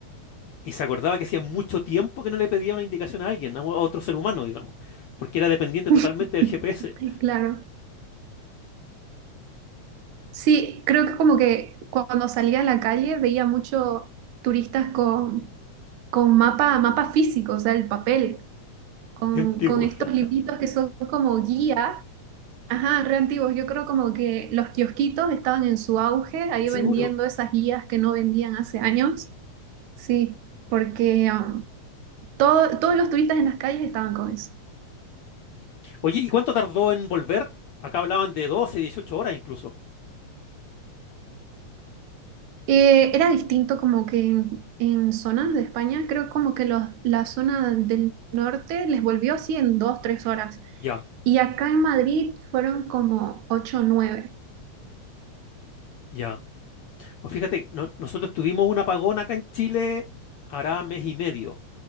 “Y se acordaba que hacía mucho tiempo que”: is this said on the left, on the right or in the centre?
Left